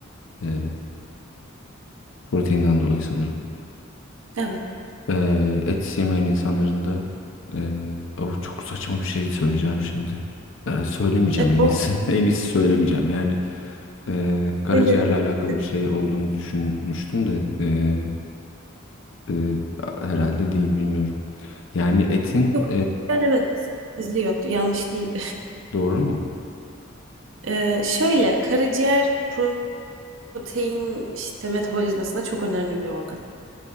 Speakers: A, on the left; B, on the right.
A: ee, proteinden dolayı sanırım.
B: Evet.
A: Ee, et yemeyen insanların da ee, oh, çok saçma bir şey söyleyeceğim şimdi. Ee, söylemeyeceğim
B: E,
A: en iyisi.
B: o
A: <laughs> En iyisi söylemeyeceğim. Yani ee, karaciğerle
B: böyle
A: alakalı
B: e,
A: bir şey olduğunu düşünmüştüm de ee, ee, herhalde değil bilmiyorum. Yani etin
B: yok. Yani Evet. izliyordu. Yanlış değil.
A: Doğru mu?
B: Ee, şöyle karaciğer protein işte metabolizmasında çok önemli bir organ.